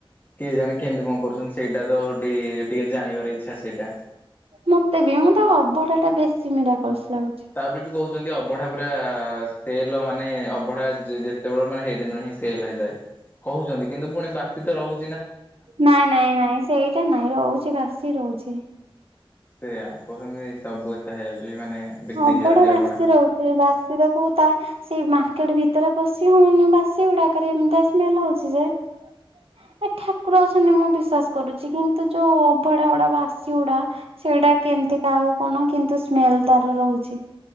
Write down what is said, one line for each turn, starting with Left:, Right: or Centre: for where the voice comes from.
Left: କେଜାଣି କେମିତି କଣ କରୁଛନ୍ତି। ସେଇଟା ତ ଗୋଟେ ଟିକେ ଜାଣିବାର ଇଚ୍ଛା ସେଇଟା।
Right: ମତେ ବି ମୁଁ ତ ଅଭଡ଼ାଟା ବେଶୀ ମିରାକଲସ। ଲାଗୁଛି।
Left: ତାପରେ ବି କହୁଛନ୍ତି ଅଭଡ଼ା ପୁରା ସେଲ ମାନେ ଅଭଡ଼ା ଯେ-ଯେ <unintelligible> ମାନେ ହେଇ ଦିନରେ ହିଁ ସେଲ ହେଇଯାଏ। କହୁଛନ୍ତି କିନ୍ତୁ ପୁଣି ବାସି ତ ରହୁ
Right: ନାଇଁ ନାଇଁ ନାଇଁ ସେଇଟା ନାଇଁ ରହୁଛି ବାସି ରହୁଛି।
Left: ସେଆ କହୁସନ୍ତି ସବୁ ହେଇଯାଉଛି ମାନେ ବିକ୍ରି
Right: ଅବଡ଼ା
Left: ହେଇଯାଉଛି
Right: ବାସି
Left: ଅବଢା।
Right: ରହୁଛି। ବାସି ତାକୁ ତା ସେଇ ମା କେଟ୍ ଭିତରେ ପଶି ହଉନି ବାସି ଗୁଡାକରେ ଏମିତିଆ ସ୍ମେଲ ହଉଛି ଯେ ଏ ଠାକୁର ଅଛନ୍ତି ମୁଁ ବିଶ୍ଵାସ କରୁଛି। କିନ୍ତୁ ଯୋଉ ଅଭଡ଼ା ଅଡ଼ା ବାସି ଗୁଡ଼ା ସେ ସେଟା କେମତି କାହାକୁ କଣ କିନ୍ତୁ ସ୍ମେଲ ତାର ରହୁଛି।